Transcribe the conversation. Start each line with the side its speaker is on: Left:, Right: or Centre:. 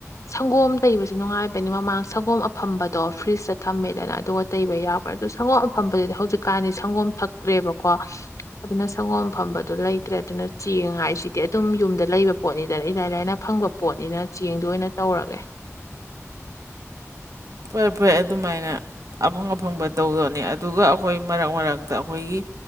Left: ꯁꯪꯒꯣꯝ ꯇꯩꯕꯁꯨ ꯅꯨꯡꯉꯥꯏꯕꯅꯤ ꯃꯃꯥꯡ ꯁꯪꯒꯣꯝ ꯑꯐꯝꯝꯕꯗꯣ ꯐ꯭ꯔꯤꯖꯇ ꯊꯝꯃꯦꯗꯅ ꯑꯗꯨꯒ ꯇꯩꯕ ꯌꯥꯎꯕ ꯑꯗꯨ ꯁꯪꯒꯣꯝ ꯐꯝꯕꯗꯨꯗꯤ ꯍꯧꯖꯤꯛꯀꯥꯟꯗꯤ ꯁꯪꯒꯣꯝ ꯊꯛꯇ꯭ꯔꯦꯕꯀꯣ ꯑꯗꯨꯅ ꯁꯪꯒꯣꯝ ꯐꯝꯕꯗꯨꯣ ꯂꯩꯇ꯭ꯔꯦ ꯑꯗꯨꯅ ꯆꯦꯡ ꯍꯥꯏꯁꯤꯗꯤ ꯑꯗꯨꯝ ꯌꯨꯝꯗ ꯂꯩꯕ ꯄꯣꯠꯅꯤꯗꯅ ꯏꯂꯥꯏ ꯂꯥꯏꯅ ꯐꯪ ꯕ ꯄꯣꯠꯅꯤꯅ ꯆꯦꯡꯗꯣ ꯑꯣꯏꯅ ꯇꯧꯔꯒꯦ
Right: ꯐꯣꯏ ꯐꯣꯏ ꯑꯗꯨꯃꯥꯏꯅ ꯑꯐꯪ ꯑꯐꯪꯕ ꯇꯧꯗꯣꯅꯦ ꯑꯗꯨꯒ ꯑꯩꯈꯣꯏ ꯃꯔꯛ ꯃꯔꯛꯇ ꯑꯩꯈꯣꯏꯒꯤ